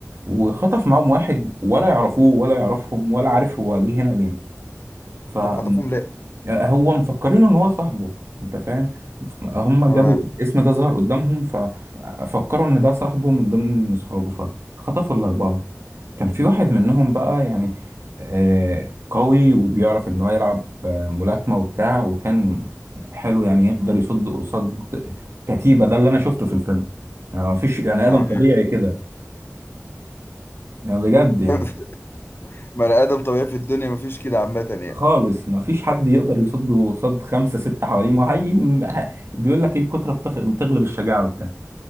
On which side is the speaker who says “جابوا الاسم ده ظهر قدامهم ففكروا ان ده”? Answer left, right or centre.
Right